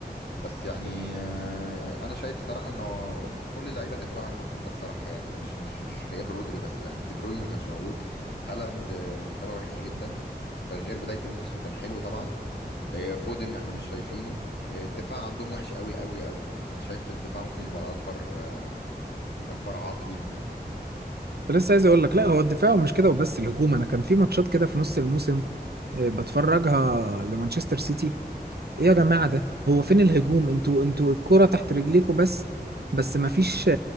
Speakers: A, on the left; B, on the right.
A: بس يعني آه، يعني انا شايف الصراحه انه كل اللعيبه كانت واقعه الموسم ده الصراحه يعني مش مش مش غياب رودري بس يعني دي بروين ما كانش موجود هالاند آه، مستواه وحش جدا غير بدايه الموسم كان حلو طبعا آه، فودن احنا مش شايفينه آه، الدفاع عندهم وحش قوي قوي قوي يعني انا شايف الدفاع ممكن يبقى اكبر آه، اكبر عائق ليهم يعني
B: كنت لسه عايز اقول لك لا هو الدفاع ومش كده وبس الهجوم انا كان في ماتشات كده في نص الموسم آه، بتفرجها لمانشستر سيتي ايه يا جماعة ده هو فين الهجوم انتوا انتوا الكرة تحت رجليكوا بس بس مفيش